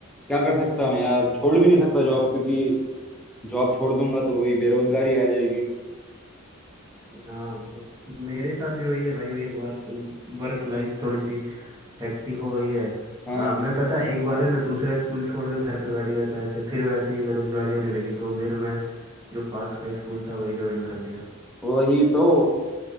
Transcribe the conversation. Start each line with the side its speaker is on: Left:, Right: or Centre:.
Centre: क्या कर सकता हूँ यार छोड़ भी नहीं सकता जॉब क्योंकि जॉब छोड़ दूंगा तो वही बेरोजगारी आ जाएगी
Right: हाँ उस- मेरे साथ भी वही है भाई वही वर्क वर्क लाइफ थोड़ी सी हेक्टिक हो गई है
Centre: हाँ
Right: आ, मैं पता है, एक बार है ना दूसरा स्कूल छोड़कर घर पे बैठ गया था ऐसे फिर वैसे ही बेरोजगारी होने लगी तो मेरे मैं जो पास का स्कूल था वही ज्वाइन कर लिया
Centre: वही तो